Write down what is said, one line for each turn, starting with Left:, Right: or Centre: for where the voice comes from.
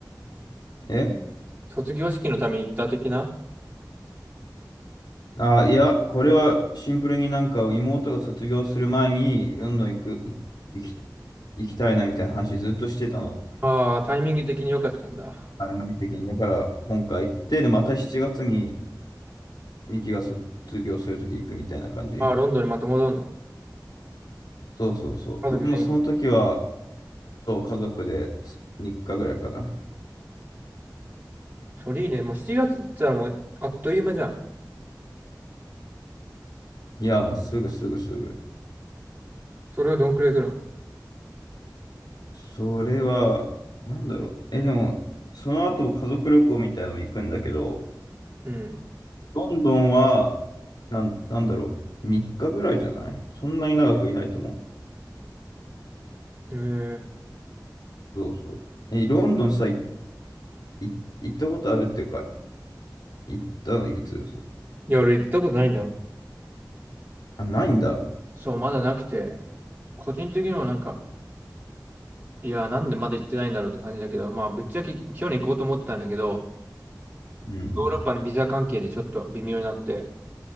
Left: え
Right: 卒業式のために行った的な
Left: あ、いや、これはシンプルになんか妹が卒業する前にロンドン行く、い行き、行きたいなみたいな話ずっとしてたの。
Right: ああ、タイミング的に良かったんだ。
Left: 番組的に。だから、今回行って、で、また7月に、ミキが卒業するとき行くみたいな感じ。
Right: ああ、ロンドンにまた戻るの。
Left: そうそうそう。
Right: 家族全員。
Left: でも、その時は、そう家族で3日ぐらいかな。
Right: それいいね。もう7月って言ったらもうあっという間じゃん。
Left: いや、もうすぐすぐすぐ。
Right: それはどんくらい来るの
Left: それは、なんだろう。え、でも、その後、家族旅行みたいなのも行くんだけど、
Right: うん。
Left: ロンドンは、なん、なんだろう。3日ぐらいじゃないそんなに長くいないと思う。
Right: えー、
Left: そうそう。え、ロンドンさ、い、い行ったことあるっていうか、行ったのいつです
Right: いや、俺行ったことないんだよ。
Left: あ、ないんだ。
Right: そう、まだなくて、個人的にもなんか、いや、なんでまだ行ってないんだろうって感じだけど、まあ、ぶっちゃけ去年行こうと思ったんだけど、
Left: うん、うん、
Right: ヨーロッパのビザ関係でちょっと微妙になって、